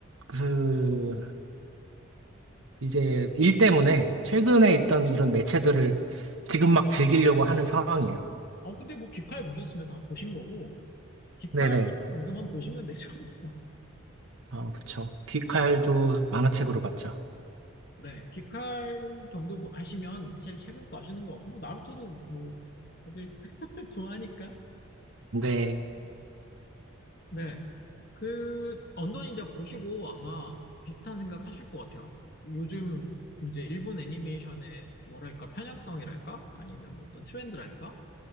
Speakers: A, on the right; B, on the left.
A: 그, 이제 일 때문에 최근에 있던 이런 매체들을 지금 막 즐기려고 하는 상황이에요.
B: 어, 근데 뭐 기카를 보셨으면 다 보신 거고 기카
A: 네네.
B: 정도만 보시면 <laughs> 되죠. 뭐.
A: 어, 그쵸. 귀칼도 만화책으로 봤죠.
B: 네, 귀칼 정도 보- 하시면 제일 최근 거 아시는 것 같고, 뭐, 나루토도 뭐, 다들 <laughs> 좋아하니까.
A: 네.
B: 네, 그, 언더 닌자 보시고 아마 비슷한 생각 하실 것 같아요. 요즘 이제 일본 애니메이션의 뭐랄까, 편향성이랄까? 아니면 뭐 어떤 트렌드랄까?